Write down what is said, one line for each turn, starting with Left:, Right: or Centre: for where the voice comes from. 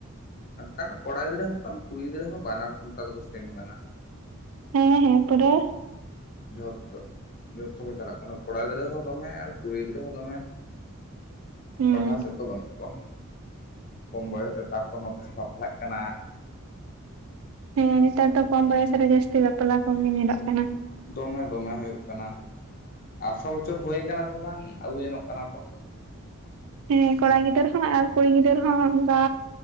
Left: ᱥᱟᱱᱛᱟᱲ ᱠᱚᱲᱟ ᱜᱤᱫᱽᱨᱟᱹ ᱦᱚᱸ ᱠᱩᱲᱤ ᱜᱤᱫᱽᱨᱟᱹ ᱦᱚᱸ ᱵᱟᱱᱟᱨ ᱠᱚ ᱱᱮᱛᱟᱨ ᱫᱚᱠᱚ ᱥᱮᱢ ᱟᱠᱟᱱᱟ
Right: ᱦᱮᱸ ᱦᱮᱸ ᱯᱩᱨᱟᱹ
Left: ᱡᱚᱛᱚ ᱡᱚᱛᱚ ᱠᱚ ᱪᱟᱞᱟᱜ ᱠᱟᱱᱟ ᱠᱚᱲᱟ ᱜᱤᱫᱽᱨᱟᱹ ᱦᱚᱸ ᱫᱚᱢᱮ ᱟᱨ ᱠᱩᱲᱤ ᱜᱤᱫᱽᱨᱟᱹ ᱦᱚᱸ ᱫᱚᱢᱮ
Right: ᱦᱩᱸ
Left: ᱯᱟᱲᱦᱟᱣ ᱥᱮᱫ ᱫᱚ ᱵᱟᱹᱱᱩᱜ ᱠᱚᱣᱟ ᱠᱚᱢ ᱵᱚᱭᱮᱥ ᱨᱮ ᱛᱟᱯᱚᱨ ᱱᱚᱛᱮ ᱠᱚ ᱵᱟᱯᱞᱟᱜ ᱠᱟᱱᱟ
Right: ᱦᱮᱸ ᱱᱮᱛᱟᱨ ᱫᱚ ᱠᱚᱢ ᱵᱚᱭᱮᱥ ᱨᱮ ᱡᱟᱥᱛᱤ ᱵᱟᱯᱞᱟ ᱠᱚᱜᱮ ᱧᱮᱞᱚᱜ ᱠᱟᱱᱟ᱾
Left: ᱫᱚᱢᱮ ᱫᱚᱢᱮ ᱦᱩᱭᱩᱜ ᱠᱟᱱᱟ ᱟᱴᱨᱚ ᱵᱚᱪᱷᱚᱨ ᱦᱩᱭ ᱠᱟᱱᱟ ᱥᱮ ᱵᱟᱝ ᱟᱜᱩ ᱡᱚᱱᱚᱜ ᱠᱟᱱᱟ ᱠᱚ᱾
Right: ᱦᱮᱸ ᱠᱚᱲᱟ ᱜᱤᱫᱟᱹᱨ ᱦᱚᱸ ᱟᱨ ᱠᱩᱲᱤ ᱜᱤᱫᱟᱹᱨ ᱦᱚᱸ ᱵᱟ